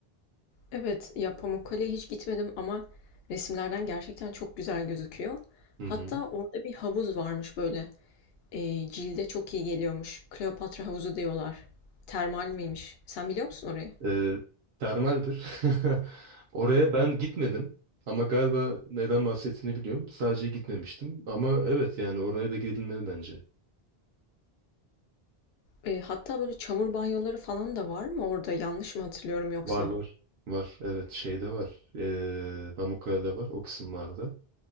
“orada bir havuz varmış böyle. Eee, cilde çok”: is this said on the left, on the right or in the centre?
Left